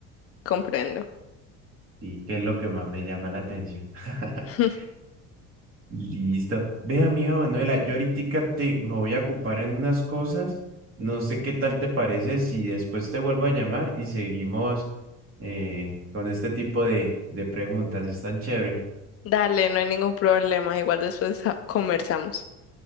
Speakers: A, on the left (about 40°); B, on the right (about 40°).
A: comprendo.
B: sí, que es lo que más me llama la atención. <laughs>
A: <laughs>
B: Listo. Ve, amiga Manuela, yo ahorita te me voy a ocupar en unas cosas. No sé qué tal te parece si después te vuelvo a llamar y seguimos eh, con este tipo de, de preguntas. Están chévere.
A: Dale, no hay ningún problema, igual después ah, conversamos.